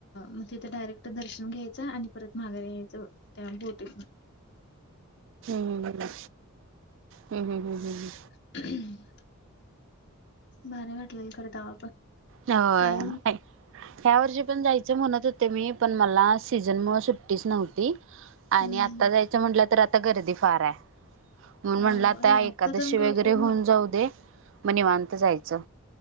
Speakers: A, on the left (about 55°); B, on the right (about 60°).
A: म डायरेक्ट दर्शन घ्यायचं आणि परत माघारी यायचं त्या बोटीत
B: हम् ह हम् हम् ह् हम्
A: हम्म भर वाटलेल खरंत आपण
B: होय
A: काय
B: ऐक ह्या वर्षी पण जायचं म्हणत होते मी पण मला सीझन मुळ सुट्टीच नव्हती आणि
A: हं.
B: आता जायचं म्हटलं तर आता गर्दी फार आहे मण
A: हं,
B: म्हणलं आता
A: व्हय
B: एकादशी
A: आत्ता जाऊन काय
B: वगैरे
A: उपयोग
B: होऊन
A: नाही.
B: जाऊ दे मग निवांत जायचं